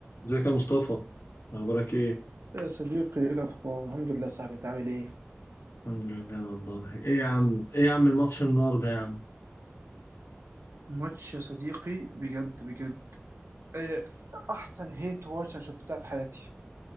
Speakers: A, on the left; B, on the right.
A: ازيك يا مصطفى اخبارك ايه
B: يا صديقي ايه الاخبار الحمد لله يا صاحبي انت عامل ايه
A: الحمد لله والله ايه يا عم ايه يا عم الماتش النهارده يا عم
B: ماتش يا صديقي بجد بجد إيه، احسن هيت واتش انا شفتها في حياتي